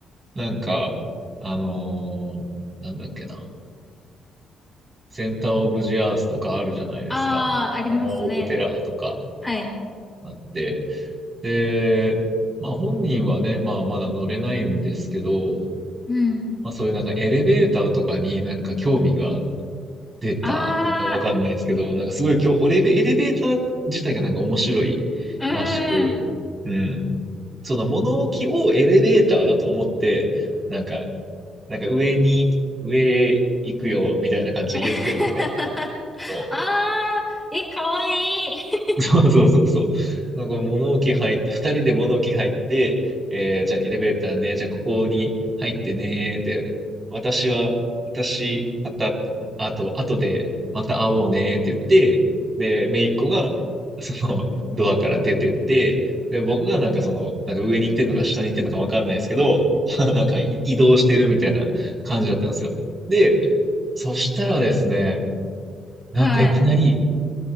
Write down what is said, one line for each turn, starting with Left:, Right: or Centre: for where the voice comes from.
Right: なんか、あのーなんだっけな。センターオブジアースとかあるじゃないですか。
Centre: ああ、ありますね。
Right: タワーオブテラーとか
Centre: はい。
Right: あって。で、まあ本人はね、まあまだ乗れないんですけど、
Centre: うん。
Right: まあそういうなんかエレベーターとかになんか興味が出たのかわかんないですけど、
Centre: あ
Right: なんかすごい今日、エレベエレベーター自体がなんか面白いらしく、
Centre: あ、うーん。
Right: うん。その物置をエレベーターだと思って、なんか、なんか上に、上行くよみたいな感じで言ってるんですね。
Centre: <laughs>
Right: そう
Centre: ああ、え、かわいい。
Right: <laughs> そうそうそうそう。なんかこう物置入って、二人で物置入って、えーじゃあエレベーターね、じゃあここに入ってね、で、私は、私、あた、あと、あとでまた会おうねって言って、で、姪っ子が、その、ドアから出てって、で、僕がなんかその、なんか上に行ってんのか下に行ってんのかわかんないですけど、<laughs> なんかい移動してるみたいな感じだったんですよ。で、そしたらですね、なんかいきなり、
Centre: <laughs> はい。